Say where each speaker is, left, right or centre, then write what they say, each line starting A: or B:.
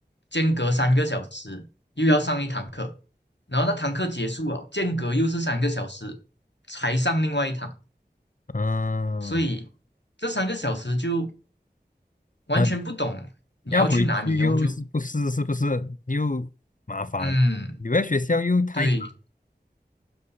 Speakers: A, on the left (about 80°); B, on the left (about 50°).
A: 间隔三个小时又要上一堂课，然后那堂课结束了，间隔又是三个小时才上另外一堂，
B: 嗯，
A: 所以这三个小时就完全不懂你要去哪里哦，
B: 很要回去又是不是是不是又麻烦，
A: 就嗯
B: 留在学校又太长，
A: 对，